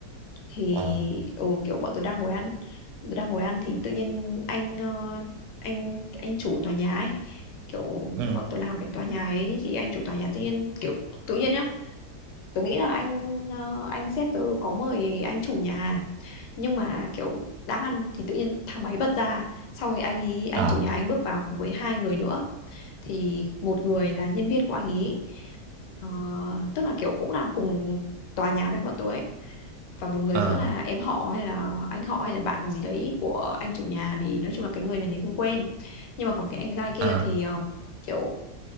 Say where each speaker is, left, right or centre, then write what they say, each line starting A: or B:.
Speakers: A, on the left; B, on the right.
A: thì
B: ờ
A: ừ, kiểu bọn tôi đang ngồi ăn tôi đang ngồi ăn thì tự nhiên anh ờ, anh anh chủ tòa nhà ấy kiểu
B: ừ
A: bọn tôi làm cái tòa nhà ấy thì anh chủ tòa nhà tự nhiên kiểu tự nhiên nhá tớ nghĩ là anh ờ, anh sếp tớ có mời anh chủ nhà nhưng mà kiểu đang ăn thì tự nhiên thang máy bật ra sau rồi anh ý anh
B: ờ
A: chủ nhà anh bước vào cùng với hai người nữa thì một người là nhân viên của anh ý ờ, tức là kiểu cũng làm cùng tòa nhà với bọn tớ ấy và một người
B: ờ
A: nữa là em họ hay là anh họ hay là bạn gì đấy của anh chủ nhà thì nói chung là cái người này thì không quen nhưng mà còn cái anh giai kia
B: ờ
A: thì ờ, kiểu